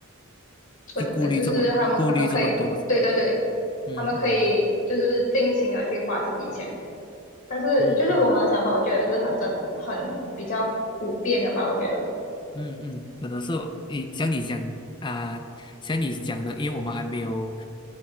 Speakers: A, on the left; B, on the left.
A: 存，
B: 去顾虑这么顾虑这么多，
A: 呃，就是他们可能可以，对对对，
B: 嗯嗯
A: 他们可以就是尽情的去花这笔钱，但是就是我们的想法，
B: 嗯嗯。
A: 我觉得是很正，很比较普遍的吧，我觉得，
B: 嗯嗯，可能是哦你像你讲啊、像你讲的，因为我们还没有